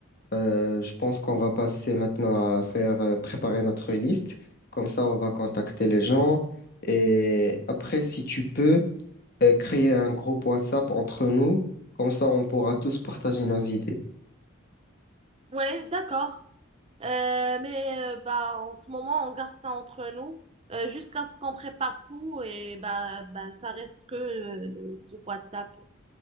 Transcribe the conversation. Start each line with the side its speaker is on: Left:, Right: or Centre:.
Left: Euh, je pense qu'on va passer maintenant à faire euh, préparer notre liste. Comme ça, on va contacter les gens. Et après, si tu peux, euh, créer un groupe WhatsApp entre nous. Comme ça, on pourra tous partager nos idées.
Right: Ouais, d'accord. Euh, mais euh, bah, en ce moment, on garde ça entre nous euh, jusqu'à ce qu'on prépare tout et bah, bah, ça reste que euh, le groupe WhatsApp